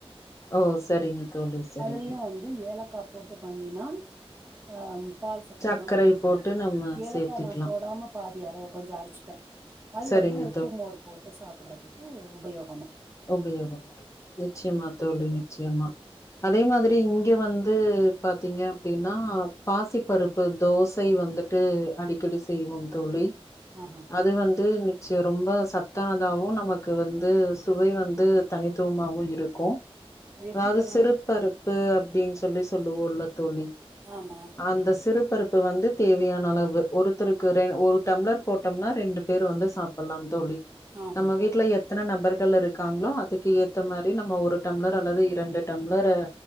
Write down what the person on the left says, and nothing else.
ஓ செரிங்க தோழி செரிங்க
சர்க்கரை
போட்டு நம்ம
சேத்திக்கலா
சரிங்க
உபயோகோ நிச்சியமா தோழி நிச்சியமா அதே மாதிரி இங்க வந்து பாத்தீங்க அப்டினா பாசிப்பருப்பு தோசை வந்துட்டு அடிக்கடி செய்வோம் தோழி
அது வந்து சே ரொம்ப சத்தானதாவோ நமக்கு வந்து துவை வந்து தனித்துவமாவு இருக்கோ
அதாது
சிறு பரு பு அப்டின் சொல்லி சொல்லுவோலக் தோழி
அந்த சிறு பரு ப்ப வந்து தேவையான அளவு ஒருத்தருக்கு ரெ ஒரு டம்ளர் போட்டம்னா ரெண்டு பேர் வந்து சாப்பில்லாம் தோழி
நம்ம வீட்ல எ எத்தன நபர் ட்ல இருக்காங்ளோ அதுக்கு ஏத்த மாரி நம்ம ஒரு டம்ளர் அல்லது இரண்டு டம்ளரு